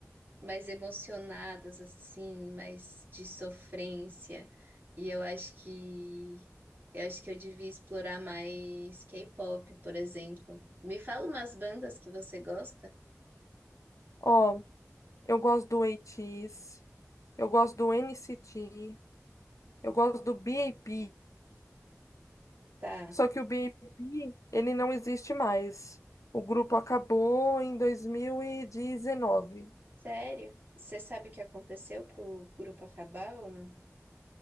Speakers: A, on the right; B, on the left.
A: mais emocionadas, assim, mais de sofrência, e eu acho que, eu acho que eu devia explorar mais K-pop, por exemplo. Me fala umas bandas que você gosta?
B: Ó, eu gosto do ATEEZ, eu gosto do NCT, eu gosto do BAP,
A: Tá,
B: só que o BAP, ele não existe mais. O grupo acabou em 2019.
A: sério? Você sabe o que aconteceu pro grupo acabar ou não?